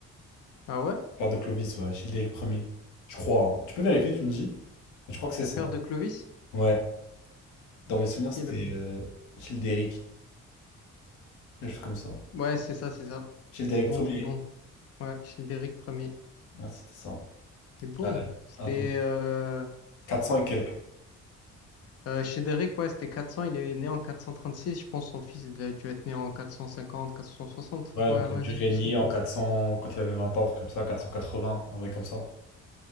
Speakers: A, on the left; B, on the left.
A: Ah ouais?
B: Père de Clovis, ouais, Childéric premier, Je crois. hein. Tu peux vérifier, tu me dis? Mais je crois que c'est
A: Le
B: ça.
A: père de Clovis?
B: Ouais. Dans mes souvenirs, c'était
A: Qui est le...
B: euh, Childéric. Quelque chose comme ça.
A: Ouais, c'est ça, c'est ça.
B: Childéric
A: T'es bon,
B: premier.
A: t'es bon. Ouais, Childéric premier.
B: Ouais, c'était ça.
A: T'es bon.
B: Allez.
A: C'était.
B: Ah,
A: euh,
B: 400 et quelques.
A: Euh, Chédéric, ouais, c'était 400, il est né en 436, je pense son fils il a dû être né en 450, 460.
B: Ouais,
A: Ouais,
B: donc
A: ouais,
B: il a dû
A: c'est
B: régner
A: possible.
B: en 400, quand il avait 20 ans, un truc comme ça, 480, un truc comme ça.